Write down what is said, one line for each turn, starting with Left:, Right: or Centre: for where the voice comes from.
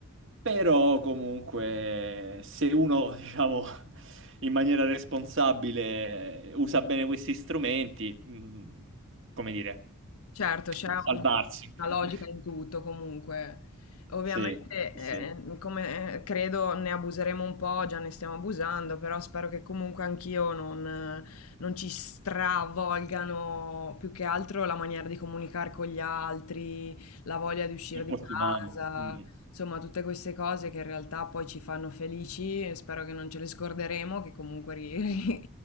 Right: però comunque se uno, <laughs> diciamo, in maniera responsabile eh, usa bene questi strumenti, mm, come dire,
Left: Certo, c'è
Right: può salvarsi.
Left: un-
Right: <laughs>
Left: una logica in tutto comunque. Ovviamente,
Right: Sì, sì,
Left: eh,
Right: sì.
Left: eh, come eh, credo, ne abuseremo un po', già ne stiamo abusando, però spero che comunque anch'io non, non ci stravolgano più che altro la maniera di comunicare con gli altri, la voglia di uscire
Right: Rapporti
Left: di casa,
Right: umani. Mm,
Left: insomma, tutte queste cose che in realtà poi ci fanno felici e spero che non ce le scorderemo, che comunque ri- <laughs> ri-